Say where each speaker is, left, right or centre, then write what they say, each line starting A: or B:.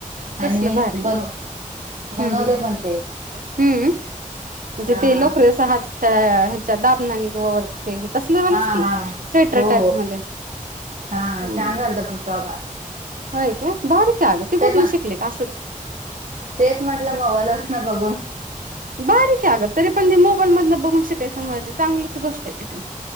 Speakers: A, on the right (about 80°); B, on the right (about 60°).
A: कसलं
B: आणि मी
A: भारी
B: बनव बनवले
A: हम्म हम्म
B: पण ते.
A: हम्म म्हणजे
B: हा
A: ते लोकरीचा हात ते चा दाबनाने ग व
B: हो
A: ते तसले वालेच
B: हा
A: की
B: हा
A: स्वेटर
B: हो
A: टाईप
B: हो
A: मध्ये
B: हा
A: हम्म
B: छान झालत पण फ्रॉग
A: होय काय? भारी कीे आग ती कुठन
B: पण
A: शिकली का असच
B: तेच म्हटलं मोबाईल वरन बघून
A: भारी की अग तरी पण ती मोबाईल बघून शिकायच म्हणजे चांगलीच गोष्ट ये की